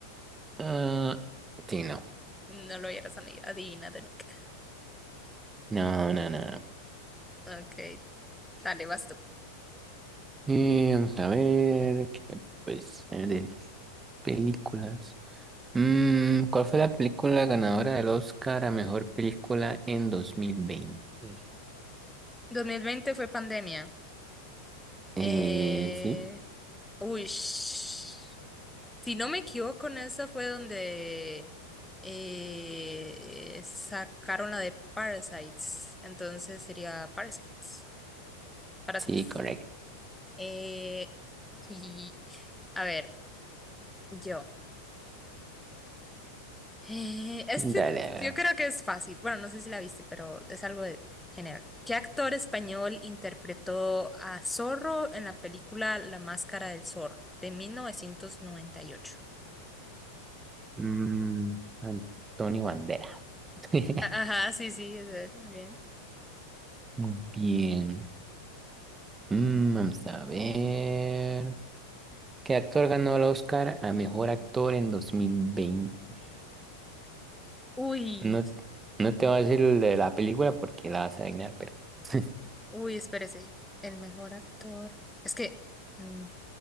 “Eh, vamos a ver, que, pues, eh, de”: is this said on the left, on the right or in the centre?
Right